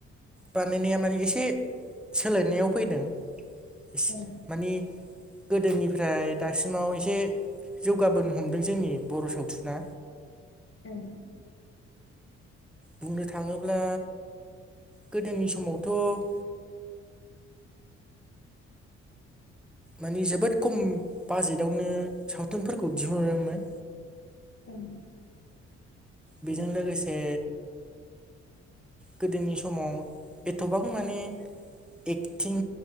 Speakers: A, in the centre; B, on the left.
A: बानायनाया माने एसे सोलायनायाव फैदों एस
B: ओं ओं
A: माने गोदोनिफ्राय दासिमाव एसे जौगाबोनो हमदों जोंनि बर' सावथुना
B: ओं
A: बुंनो थाङोब्ला गोदोनि समावथ' माने जोबोद खम बाजेटावनो सावथुनफोरखौ दिहुनोमोन
B: ओं
A: बेजों लोगोसे गोदोनि समाव एथ'बां माने एक्टिं